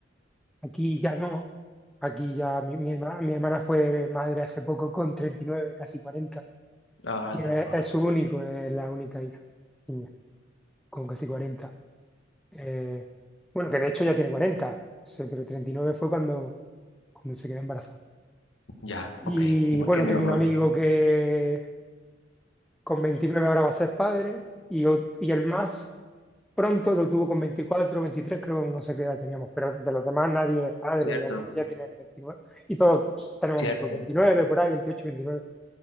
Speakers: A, in the centre; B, on the left.
A: aquí ya no, aquí ya mi, mi hermana, mi hermana fue madre hace poco con treinta y nueve casi cuarenta
B: Ah,
A: y
B: la-
A: es,
B: wow.
A: es su único, es la única hija, niña, con casi cuarenta Eh, bueno, que de hecho ya tiene 40, sí, pero 39 fue cuando, cuando se quedó embarazada.
B: Ya,
A: Y
B: ok. Igual
A: bueno,
B: que mi
A: tengo
B: mamá.
A: un amigo que con 29 ahora va a ser padre, y, ot- y el más Pronto lo tuvo con veinticuatro 23 creo, no sé qué edad teníamos, pero de los demás nadie es padre,
B: Cierto,
A: algunos ya tienen 29 y todos tenemos
B: cierto.
A: por 29 por ahí, veintiocho 29